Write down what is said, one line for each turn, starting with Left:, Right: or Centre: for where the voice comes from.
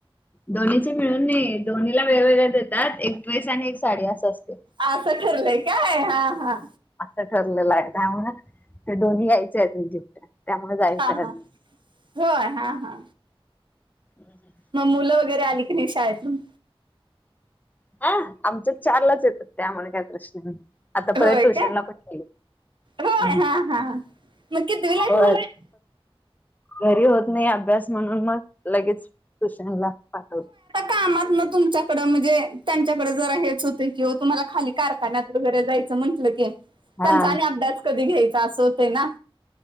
Left: दोन्हीचे मिळून नाहीे दोन्हीला वेगवेगळ्या देतात एक ड्रेस आणि एक साडी असं असतंय.
Right: असं ठरलंय काय हा हा
Left: असं ठरलेलं आहे त्यामुळं ते दोन्ही यायचेत गिफ्ट त्यामुळे जायचं
Right: हा
Left: आहे
Right: हा
Left: अजून.
Right: होय हा हा
Left: हम् हम
Right: म मुलं वगैरे आली की नाही शाळेतून?
Left: हां आमच्या चारलाच येतात त्यामुळे काय प्रश्न ना आता परत
Right: होय
Left: ट्युशनला
Right: काय
Left: पण नेईल
Right: होय
Left: हं
Right: हा हा मग कितवीला आहेत
Left: होय
Right: मुलं
Left: घरी होत नाही अभ्यास म्हणून मग लगेच ट्युशनला पाठ
Right: कामातनं तुमच्याकडं म्हणजे त्यांच्याकडं जरा हेच होतंय कि वो तुम्हाला खाली कारखान्यात वगैरे जायचं म्हटलं की
Left: हा
Right: त्यांचा आणि अभ्यास कधी घ्यायचा असं होतं ना.